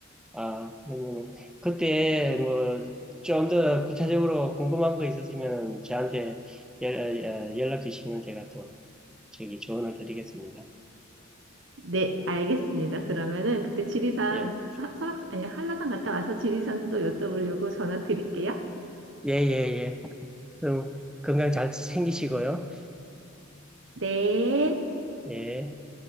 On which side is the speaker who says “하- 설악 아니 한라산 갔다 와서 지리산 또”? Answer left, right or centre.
Right